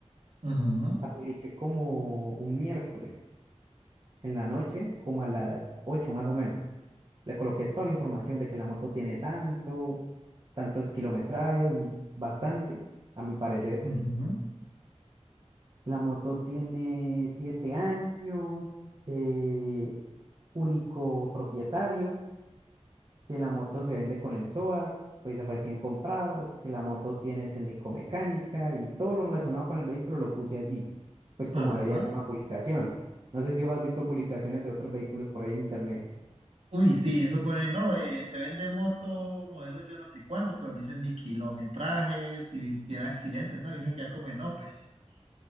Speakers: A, on the right (about 65°); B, on the right (about 40°).
A: Ujú,
B: la publiqué como un miércoles en la noche, como a las 8 más o menos. Le coloqué toda la información de que la moto tiene tanto, tantos kilometrajes, un- bastante, a mi parecer.
A: ujú,
B: La moto tiene siete años, eh, único propietario que la moto se vende con el SOAT, pues recién comprado, que la moto tiene técnico-mecánica y todo lo relacionado con el vehículo lo puse allí, pues
A: Ajá.
B: como debería ser una publicación. No sé si vos has visto publicaciones de otros vehículos por ahí en internet.
A: Uy, sí, eso pone, no, eh, se vende moto, modelo yo no sé cuánto, pero no dicen ni kilometrajes, y tiene accidentes, ¿no? Y uno queda como, no, pues,